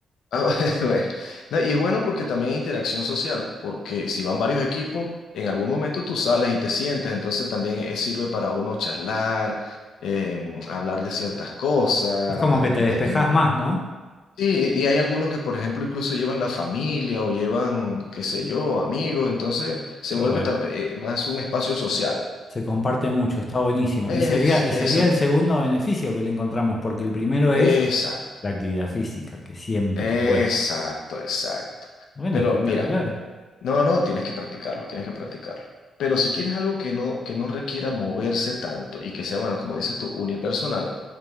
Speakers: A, on the left; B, on the left.
A: Ah, <laughs> bueno. No, y es bueno porque también hay interacción social, porque si van varios equipos, en algún momento tú sales y te sientes, entonces también eh, sirve para uno charlar, em, hablar de ciertas cosas.
B: Es como que te despejás
A: eh, em,
B: más, ¿no?
A: sí, y hay algunos que, por ejemplo, incluso llevan la familia o llevan, qué sé yo, amigos, entonces se
B: Qué
A: vuelve
B: bueno.
A: tam- eh, más un espacio social.
B: Se comparte mucho,
A: Eh,
B: está buenísimo.
A: es-
B: Y sería, y
A: exacto,
B: sería el segundo beneficio que le encontramos, porque el primero
A: exacto,
B: es la actividad física, que siempre
A: exacto,
B: es bueno.
A: exacto.
B: Bueno,
A: Pero
B: espectacular.
A: mira. No, no, tienes que practicarlo, tienes que practicarlo. Pero si quieres algo que no, que no requiera moverse tanto y que sea, bueno, como dices tú, unipersonal,